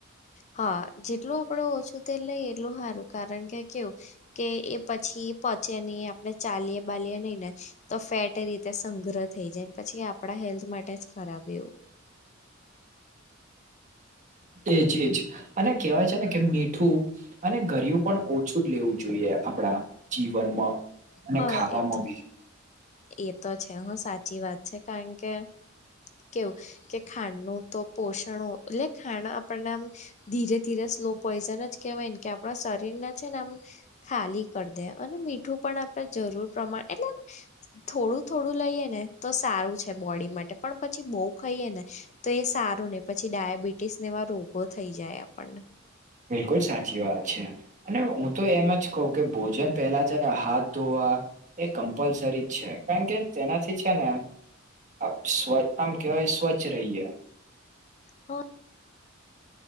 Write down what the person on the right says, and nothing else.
એજ એજ અને કહેવાય છે ને કે મીઠું અને ઘરિયું પણ ઓછું જ લેવું જોઈએ આપડા જીવનમાં અને
ખાવા
માં
ભી.
બિલકુલ સાચી વાત છે. અને હું તો એમ જ કહું કે ભોજન પહેલા છે ને હાથ ધોવા એ કમ્પલસરી છે કારણ કે તેનાથી છે ને આપ સ્વચ આમ કવાય સ્વચ્છ રહીએ.